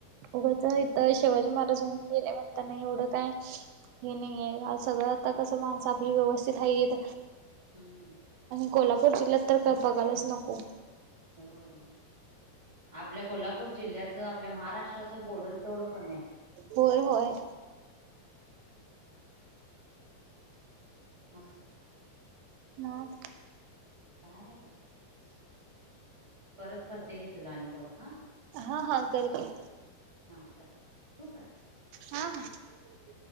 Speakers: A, on the right; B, on the right.
A: उघंच इथ शिवाजी महाराज होऊन गेले म्हणताना एवढं काय? हे नाही आहे सगळं आता कसं माणसं आपली व्यवस्थित आहे येत.
B: हम्म
A: कोल्हापूर जिल्ह्यात तर काय बघायलाच नको.
B: हो आपल्या कोल्हापूर जिल्ह्याचं आपल्या महाराष्ट्राचं बोलल तेवढं कमी आहे.
A: होय होय.
B: असं
A: मग
B: का नाही ब. परत करते घे तुला आणि कॉल हा.
A: हा हा कर की
B: हा चाल ठेवू काय?
A: हा ह